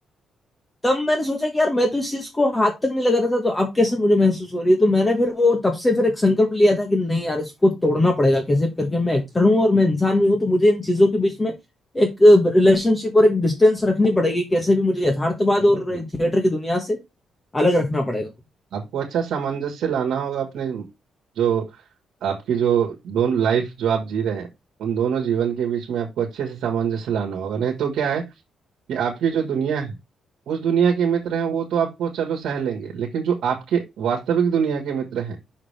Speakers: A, on the left; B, on the right.
A: तब मैंने सोचा कि यार मैं तो इस चीज को हाथ तक नहीं लगाता था तो अब कैसे मुझे महसूस हो रही है तो मैंने फिर वो तब से फिर एक संकल्प लिया था कि नहीं यार इसको तोड़ना पड़ेगा कैसे भी करके मैं एक्टर हूँ और मैं इंसान भी हूँ तो मुझे इन चीजों के बीच में एक रिलेशनशिप और एक डिस्टेंस रखनी पड़ेगी कैसे भी मुझे यथार्थवाद और
B: बिल्कुल
A: थिएटर की दुनिया से अलग रखना पड़ेगा
B: आपको अच्छा सामंजस्य लाना होगा अपने जो आपकी जो दोनों लाइफ जो आप जी रहे हैं उन दोनों जीवन के बीच में आपको अच्छे से सामंजस्य लाना होगा नहीं तो क्या है कि आपकी जो दुनिया है उस दुनिया के मित्र हैं वो तो आपको चलो सह लेंगे लेकिन जो आपके वास्तविक दुनिया के मित्र हैं